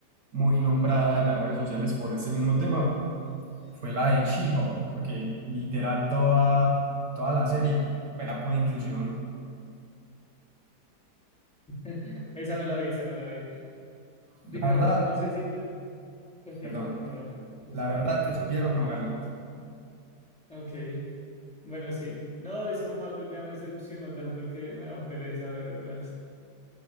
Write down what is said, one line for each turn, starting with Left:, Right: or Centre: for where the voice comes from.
Right: muy nombrada en las redes sociales por ese mismo tema fue la de She-Hulk, porque literal toda, toda la serie era pura inclusión.
Centre: <laughs> Esa no la vi, esa no la vi. Digamos,
Right: La verdad,
Centre: no sé si te continúa,
Right: perdón,
Centre: lo
Right: la
Centre: siento.
Right: verdad te sugiero no verla.
Centre: Ok, bueno, sí. No, eso Marvel ya me decepcionó tanto que me da pereza verlas.